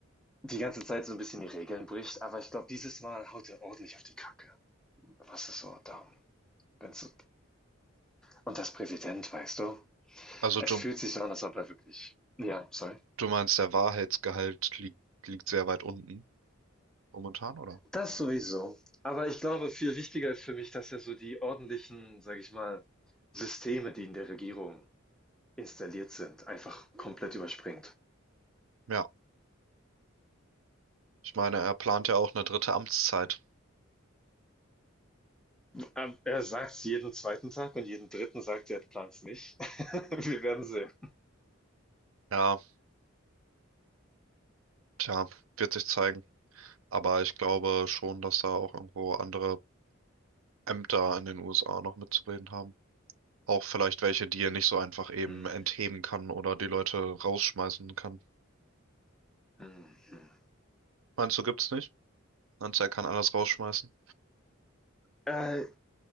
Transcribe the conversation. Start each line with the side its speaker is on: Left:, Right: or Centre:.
Centre: die ganze Zeit so ein bisschen die Regeln bricht. Aber ich glaube, dieses Mal haut er ordentlich auf die Kacke. Was ist so darum? so- Und das Präsident, weißt du,
Right: Also
Centre: Es
Right: du,
Centre: fühlt sich so an, als ob er wirklich ja, sorry.
Right: du meinst, der Wahrheitsgehalt liegt, liegt sehr weit unten momentan, oder?
Centre: Das sowieso. Aber ich glaube, viel wichtiger ist für mich, dass ja so die ordentlichen, sage ich mal, Systeme, die in der Regierung installiert sind, einfach komplett überspringt.
Right: Ja. Ich meine, er plant ja auch eine dritte Amtszeit.
Centre: Ähm, Er sagt es jeden zweiten Tag und jeden dritten sagt er, er plant es nicht. <laughs> Wir werden sehen.
Right: Ja, tja, wird sich zeigen. Aber ich glaube schon, dass da auch irgendwo andere Ämter in den USA noch mitzureden haben. Auch vielleicht welche, die er nicht so einfach eben
Centre: Hm,
Right: entheben kann oder die Leute rausschmeißen kann.
Centre: hm, hm.
Right: Meinst du, gibt's nicht? Meinst du, er kann alles rausschmeißen?
Centre: Äh,